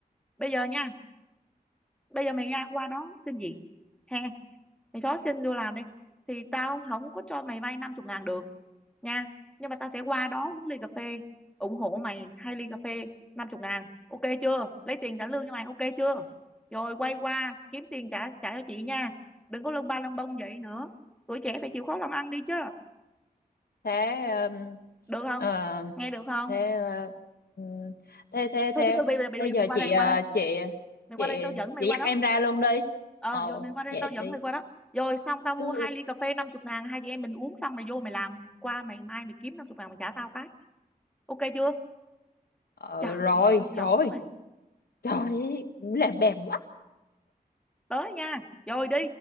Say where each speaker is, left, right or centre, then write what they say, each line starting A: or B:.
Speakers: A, in the centre; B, on the left (about 80°).
A: bây giờ nha bây giờ mày ra qua đó xin việc ha mày xóa xin vô làm đi thì tao không có cho mày vay năm chục ngàn được nha nhưng mà tao sẽ qua đó uống ly cà phê ủng hộ mày hai ly cà phê năm chục ngàn ok chưa lấy tiền trả lương cho mày ok chưa rồi quay qua kiếm tiền trả trả cho chị nha đừng có lông ba lông bông vậy nữa tuổi trẻ phải chịu khó làm ăn đi chứ
B: thế ừm,
A: được không
B: ờ,
A: nghe được không
B: thế ờ, ừm, thế thế
A: thôi
B: thế
A: thôi thôi bây giờ bây
B: thế
A: giờ
B: giờ
A: mày qua
B: chị
A: đây
B: ờ,
A: qua đây
B: chị
A: mày
B: chị
A: qua đây tao dẫn mày
B: chị
A: qua
B: dắt
A: đó
B: em ra luôn đi
A: ờ
B: ờ
A: rồi mày qua đây
B: vậy
A: tao dẫn
B: đi
A: mày qua đó rồi xong tao mua
B: chứ
A: hai ly cà phê năm chục ngàn hai chị em mình uống xong mày vô mày làm qua mày mai mày kiếm năm chục ngàn mày trả tao cái ok chưa
B: ờ
A: trời
B: rồi
A: con nhỏ
B: rồi
A: này
B: trời
A: trời
B: ơi, làm bèm quá
A: tới nha rồi đi